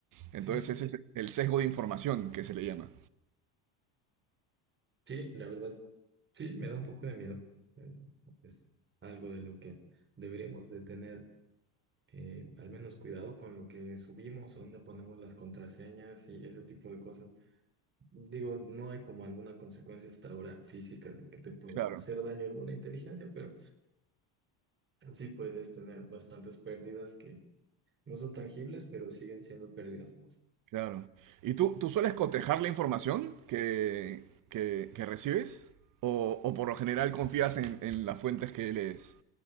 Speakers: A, on the right; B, on the right.
A: Entonces
B: Sí,
A: ese es el sesgo de información que se le llama.
B: sí, la verdad, sí, me da un poco de miedo. Eh, Es algo de lo que deberíamos de tener eh, al menos cuidado con lo que subimos, dónde ponemos las contraseñas y ese tipo de cosas. Digo, no hay como alguna consecuencia hasta ahora física de que te pueda
A: Claro,
B: hacer daño alguna inteligencia, pero sí puedes tener bastantes pérdidas que no son tangibles, pero siguen siendo pérdidas.
A: claro. ¿Y tú, tú sueles cotejar la información que, que, que recibes? ¿O, o por lo general confías en, en las fuentes que lees